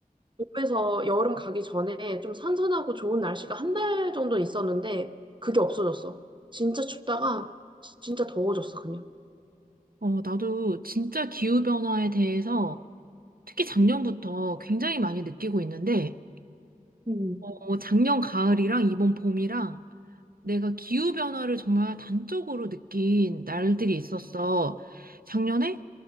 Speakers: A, on the right; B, on the right.
A: 몸에서 여름 가기 전에 좀 선선하고 좋은 날씨가 한 달 정도 있었는데, 그게 없어졌어. 진짜 춥다가, 진짜 더워졌어, 그냥.
B: 어, 나도 진짜 기후변화에 대해서 특히 작년부터 굉장히 많이 느끼고 있는데,
A: 음.
B: 어, 작년 가을이랑 이번 봄이랑 내가 기후변화를 정말 단적으로 느낀 날들이 있었어. 작년에